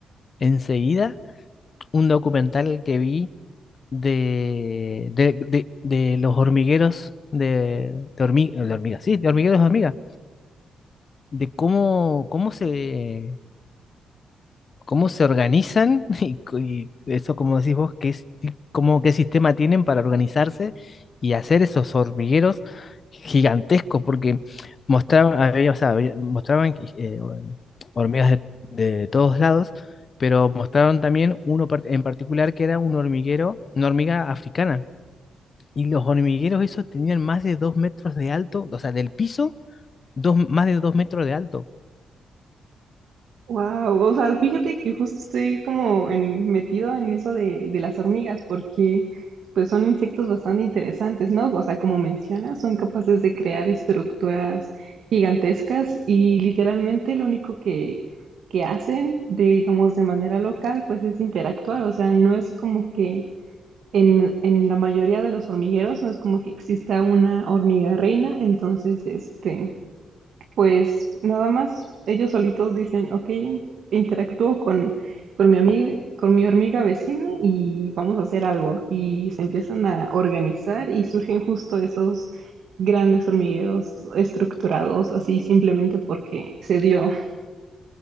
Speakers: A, on the left (about 50°); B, on the right (about 70°).
A: enseguida un documental que vi de, de, de- de los hormigueros de, de hormi- de hormigas, sí, de hormigueros de hormigas, de cómo, cómo se, cómo se organizan <laughs> y, co- y eso, como decís vos, qué, es- ti- cómo, qué sistema tienen para organizarse y hacer esos hormigueros gigantescos, porque mostraban, había- o sea, había- mostraban eh, hormigas de, de todos lados, pero mostraron también uno par- en particular que era un hormiguero, una hormiga africana. Y los hormigueros esos tenían más de dos metros de alto, o sea, del piso, dos, más de dos metros de alto.
B: Wow, o sea, fíjate que justo estoy como en- metido en eso de, de las hormigas, porque pues son insectos bastante interesantes, ¿no? O sea, como mencionas, son capaces de crear estructuras gigantescas y literalmente lo único que, que hacen, de- digamos, de manera local, pues es interactuar, o sea, no es como que en, en la mayoría de los hormigueros no es como que exista una hormiga reina, entonces, este... Pues nada más ellos solitos dicen, ok, interactúo con, con mi amiga, con mi hormiga vecina y vamos a hacer algo. Y se empiezan a organizar y surgen justo esos grandes hormigueros estructurados, así simplemente porque se dio.